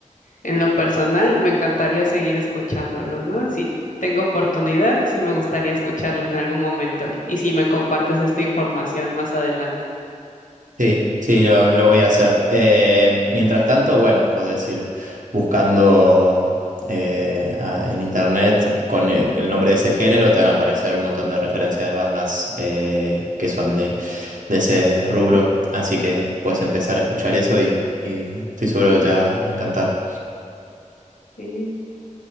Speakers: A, on the left; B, on the right.
A: en lo personal, me encantaría seguir escuchándolo, ¿no? Si tengo oportunidad, sí me gustaría escucharlo en algún momento y, y si me compartes esta información más adelante.
B: Sí, sí, lo, lo voy a hacer. Eh, mientras tanto, bueno, podés ir buscando eh, a- en internet con el, con el nombre de ese género, te van a aparecer un montón de referencias de bandas eh, que son de, de ese rubro. Así que puedes empezar a escuchar eso y, y estoy seguro que te va a encantar.
A: Y